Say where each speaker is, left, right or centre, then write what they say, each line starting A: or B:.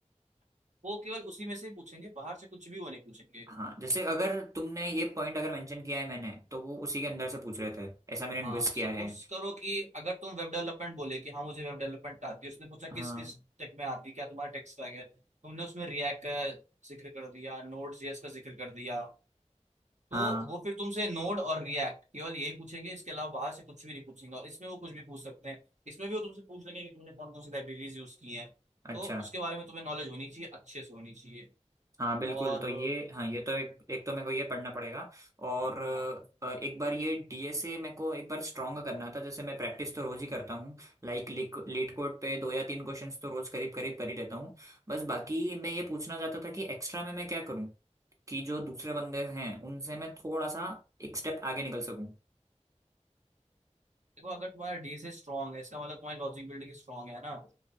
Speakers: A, on the right (about 80°); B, on the right (about 25°).
A: वो केवल उसी में से ही पूछेंगे बाहर से कुछ भी वो नहीं पूछेंगे
B: हाँ जैसे अगर तुमने ये पॉइंट अगर मेंशन किया है मैंने तो वो उसी के अंदर से पूछ रहे थे ऐसा मैंने
A: हाँ
B: नोटिस किया
A: सपोज
B: है
A: करो कि अगर तुम वेब डेवलपमेंट बोले कि हाँ मुझे वेब डेवलपमेंट आती है उसने पूछा किस
B: हाँ
A: किस टेक में आती है क्या तुम्हारा टेक स्टैक है तुमने उसमें रिएक्ट का जिक्र कर दिया नोड जेएस का जिक्र कर दिया तो
B: हाँ
A: वो फिर तुमसे नोड और रिएक्ट केवल यही पूछेंगे इसके अलावा बाहर से कुछ भी नहीं पूछेंगे और इसमें वो कुछ भी पूछ सकते हैं इसमें भी वो तुमसे पूछ लेंगे कि तुमने कौन कौन सी लाइब्रेरीज यूज की हैं
B: अच्छा
A: तो उसके बारे में तुम्हें नॉलेज होनी चाहिए अच्छे से होनी चाहिए
B: हाँ बिल्कुल
A: और
B: तो ये हाँ ये तो एक एक तो मेरे को ये पढ़ना पड़ेगा और
A: हाँ
B: अ, एक बार ये डीएसए मेरे को एक बार स्ट्रॉन्ग करना था जैसे मैं प्रैक्टिस तो रोज ही करता हूँ लाइक लीड कोड पे दो या तीन क्वेश्चंस तो रोज करीब करीब कर ही लेता हूँ बस बाकी मैं ये पूछना चाहता था कि एक्स्ट्रा में मैं क्या करूँ कि जो दूसरे बंदे हैं उनसे मैं थोड़ा सा एक स्टेप आगे निकल सकूँ
A: देखो अगर तुम्हारा डीएसए स्ट्रांग है इसका मतलब तुम्हारी लॉजिक बिल्डिंग स्ट्रांग है ना